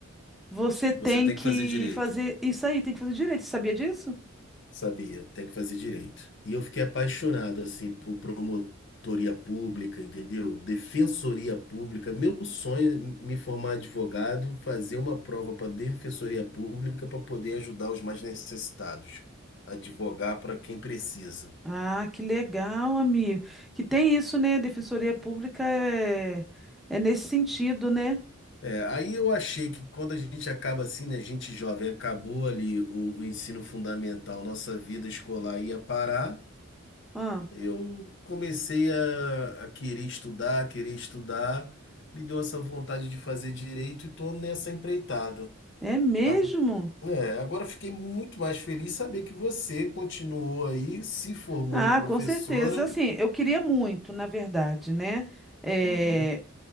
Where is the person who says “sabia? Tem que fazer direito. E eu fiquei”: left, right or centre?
Left